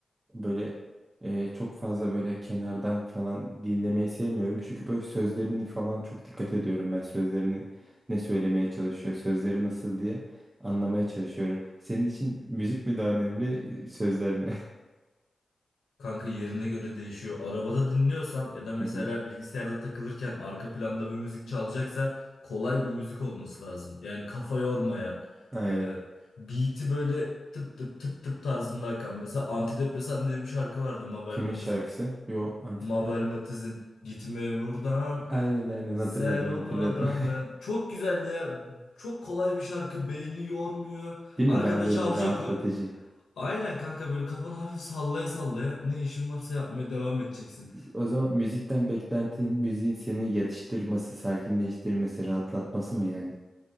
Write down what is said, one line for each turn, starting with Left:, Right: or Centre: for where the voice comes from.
Right: böyle e, çok fazla böyle kenardan falan dinlemeyi sevmiyorum. Çünkü böyle sözlerini falan çok dikkat ediyorum ben sözlerini ne söylemeye çalışıyor, sözleri nasıl diye anlamaya çalışıyorum. Senin için müzik mi daha önemli, sözler mi?
Left: Kanka yerine göre değişiyor. Arabada dinliyorsam ya da mesela
Right: <laughs> Hı hı.
Left: bilgisayarda takılırken arka planda bir müzik çalacaksa kolay bir müzik olması lazım. Yani kafa yormayan,
Right: Aynen.
Left: e, beat'i böyle tıp tıp tıp tıp tarzında akan. Mesela Antidepresan diye bir şarkı vardı Mabel
Right: Kimin
Left: Matiz'in.
Right: şarkısı? Yo, Antin.
Left: Mabel Matiz'in Gitme buradan
Right: Aynen aynen
Left: sen
Right: hatırladım
Left: olmadan
Right: hatırladım.
Left: ben. Çok güzel ya. Çok kolay bir şarkı. Beyni yormuyor.
Right: <laughs> Değil
Left: Arkada
Right: mi? Daha böyle
Left: çalacak
Right: rahatlatıcı.
Left: o. Aynen kanka böyle kafanı hafif sallaya sallaya ne işin varsa yapmaya devam edeceksin.
Right: O zaman müzikten beklentin müziğin seni yatıştırması, sakinleştirmesi, rahatlatması mı yani?